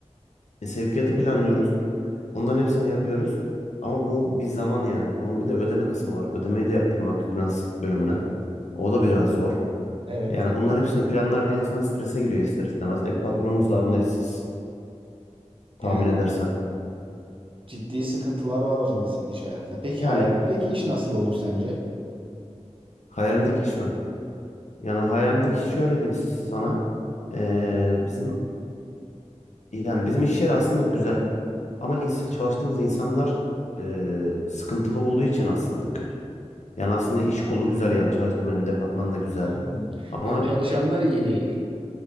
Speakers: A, on the left; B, on the right.
A: E, sevkiyatı planlıyoruz. Onların hepsini yapıyoruz. Ama bu bir zaman yani. Bunun bir de ödeme kısmı var. Ödemeyi de yaptırmak finans bölümüne. O da biraz zor.
B: Evet
A: Yani
B: y-
A: bunların hepsini planlarken insan strese giriyor ister istemez. E patronumuz da anlayışsız tahmin
B: yani
A: edersen.
B: ciddi sıkıntılar var o zaman senin iş hayatında. Peki
A: Yani
B: hayalindeki iş nasıl olur sence?
A: hayalimdeki iş mi? Yani hayalimdeki iş şöyle diyeyim sana. Ee, bizim Yani bizim iş yeri aslında güzel ama ins- çalıştığımız insanlar e, sıkıntılı olduğu için aslında kötü. Yani aslında iş kolu güzel yani çalıştığım benim departman da güzel
B: Hı hı.
A: ama
B: Yani çalışanlar iyi değil.